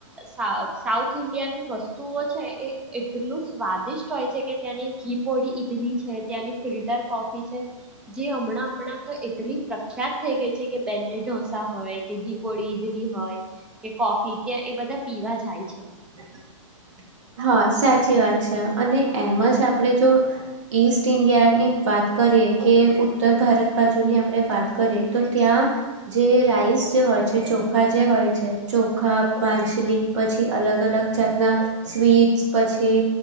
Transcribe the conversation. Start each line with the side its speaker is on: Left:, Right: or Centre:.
Centre: સાઉથ ઇન્ડિયન ની વસ્તુ વતુ છે એ એટલું સ્વાદિષ્ટ હોય છે કે ત્યાંની ઘીપોળી ઈડલી છે ત્યાંની ફિલ્ટર કોફી છે જે હમણાં હમણાં તો એટલી પ્રખ્યાત થઈ ગઈ છે કે બેને ઢોસા હોય કે ગી પડી દલી હોય. કે કોફી ત્યાં એ બધા. પીવા જાય છે.
Right: હ. <unintelligible> હા સાચી વાત છે અને એમ જ આપણે જો ઈસ્ટ ઇન્ડિયાની વાત કરીએ કે ઉત્તર ભારત બાજુની આપણે વાત કરીએ તો ત્યાં જે રાઈસ જે હોય છે ચોખા જે હોય છે ચોખા માછલી પછી અલગ અલગ જાતના. સ્વીટ્સ પછી